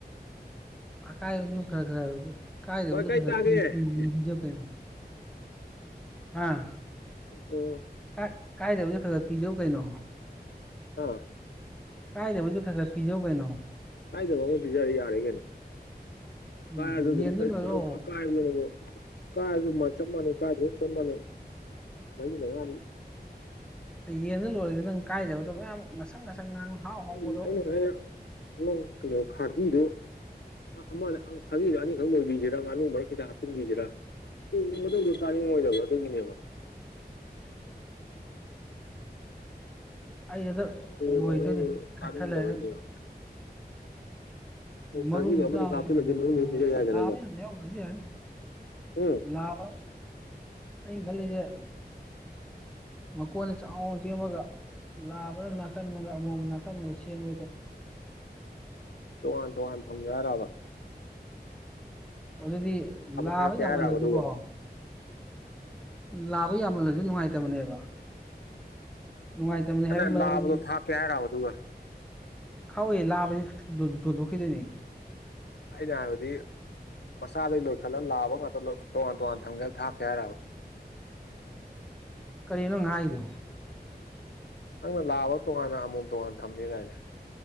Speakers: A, in the centre; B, on the left.
A: ꯑꯀꯥꯏꯕꯁꯨ ꯈꯔ ꯈꯔ ꯀꯥꯏꯗ
B: ꯚꯥꯏ ꯀꯥꯏ
A: ꯈꯔꯒ
B: ꯇꯥꯒꯦ
A: ꯄꯤꯖꯧ ꯀꯩꯅꯣ ꯍꯥꯥ
B: ꯑꯣ
A: ꯀ ꯀꯥꯏꯗꯕꯁꯨ ꯈꯔ ꯄꯤꯖꯧ ꯀꯩꯅꯩꯅꯣ
B: ꯑꯥ
A: ꯀꯥꯏꯗꯦ ꯍꯧꯁꯨꯛ ꯈꯔ ꯈꯔ ꯄꯤꯖꯧ ꯀꯩꯅꯣ
B: ꯀꯥꯏꯗꯕꯃ ꯄꯤꯖꯔ ꯌꯥꯔꯦ ꯀꯩꯅꯣ
A: ꯎꯝ
B: ꯀꯥꯏ ꯑꯖ ꯊ
A: ꯌꯦꯟꯗ ꯂꯣꯏꯔꯣ
B: ꯀꯥꯏ ꯑꯖ ꯅꯒꯣ ꯀꯥ ꯑꯗꯨ ꯆꯞ ꯃꯥꯟꯅꯩ ꯀꯥꯗꯨꯁꯨ ꯆꯞ ꯃꯥꯟꯅꯩ ꯃꯔꯤ ꯃꯉ
A: ꯌꯦꯟꯗ ꯂꯣꯏꯔꯦꯗꯤ ꯅꯪ ꯀꯥꯏꯗꯕꯗꯣ ꯃꯌꯥꯝ ꯉꯁꯪ ꯉꯁꯪ ꯉ ꯍꯥꯎ ꯍꯥꯎꯕꯗꯣ
B: ꯑꯩ ꯑꯩꯅ ꯍꯥꯏ ꯅꯪ ꯀꯩꯅꯣ ꯈꯥꯖꯤꯗꯨꯣ ꯑ ꯑꯃꯅꯦ ꯈꯥꯒꯤꯗ ꯑꯅꯤꯈꯛ ꯂꯣꯏꯕꯤꯁꯤꯔꯥ ꯑꯅ ꯃꯔꯛ ꯈꯤꯇ ꯍꯥꯞꯆꯤꯟꯕꯤꯁꯤꯔꯥ ꯃꯇꯝꯗꯨ ꯀꯥꯅꯤꯡꯉꯣꯏꯗꯕ ꯑꯗꯨꯒꯤꯅꯦꯕ
A: ꯑꯩ ꯑꯗꯣ
B: ꯀꯣꯡꯒꯗꯧꯗꯣ
A: ꯂꯣꯏꯗꯣꯏꯅꯤ ꯈꯠꯊꯠ
B: ꯆꯥꯅꯤꯡꯗꯕꯩꯅꯦꯕ
A: ꯂꯩꯒ ꯃꯔꯨꯝ
B: ꯈꯥꯒꯤꯗꯣ ꯑꯃꯅꯤ
A: ꯇꯥꯕꯒꯤ
B: ꯍꯥꯞꯆꯤꯜꯂꯗꯤ
A: ꯑꯣꯏꯒꯦꯔ
B: ꯃꯅꯨꯡꯗ
A: ꯑꯣꯏꯒꯦꯔꯥ
B: ꯄꯤꯖ ꯌꯥꯏꯗꯅ
A: ꯂꯥꯕ
B: ꯑꯗꯨꯝ
A: ꯌꯥꯝ ꯌꯥꯎꯗ꯭ꯔꯁꯨ ꯌꯥꯔꯦ
B: ꯎꯝ
A: ꯂꯥ ꯑ ꯈꯂꯤꯦ ꯃꯀꯣꯟꯗ ꯆꯥꯎ ꯆꯃꯒ ꯂꯥꯕꯅ ꯃ ꯃ ꯅꯀꯥꯟ ꯃ ꯁꯦꯡ
B: ꯇꯣꯉꯥꯟ ꯇꯣꯉꯥꯟ ꯊꯝꯖꯔꯕ
A: ꯑꯗꯨꯗꯤ ꯂꯥꯕ
B: ꯊꯥꯛꯀꯦ
A: ꯌꯥꯝꯃꯜꯂꯁꯨ
B: ꯍꯥꯏꯔꯕ ꯑꯗꯨꯒ
A: ꯀꯣ ꯂꯥꯕ ꯌꯥꯝꯃꯜꯂꯁꯨ ꯅꯨꯡꯉꯥꯏꯇꯕꯅꯦꯕ ꯅꯨꯡꯉꯥꯏꯇꯕꯅꯤ
B: ꯑꯩꯅ
A: ꯍꯥꯏꯕꯒꯤ ꯃꯔꯝꯗꯤ
B: ꯂꯥꯕꯗꯣ ꯊꯥꯛꯀꯦ ꯍꯥꯏꯔꯕ ꯑꯗꯨꯒ
A: ꯈꯥꯎ ꯂꯕꯗ ꯀꯗꯅꯤ
B: ꯑꯗ ꯌꯥꯗꯤ ꯃꯁꯥꯗꯩ ꯂꯣꯏꯈꯠꯂꯒ ꯂꯥꯕ ꯉꯥꯛꯇ ꯇꯣꯉꯥꯟ ꯇꯣꯉꯥꯟ ꯊꯝꯒꯦ ꯍꯥꯏ ꯊꯥꯛꯀꯦ ꯍꯥꯏꯔꯕ
A: ꯀꯔꯤꯅꯣ ꯉꯥꯏꯗꯨ
B: ꯅꯪꯅ ꯂꯥꯛꯑꯕ ꯇꯣꯉꯥꯟꯅ ꯑꯃꯣꯝ ꯇꯣꯉꯥꯟ ꯊꯝꯅꯤ ꯀꯥꯏꯅꯦ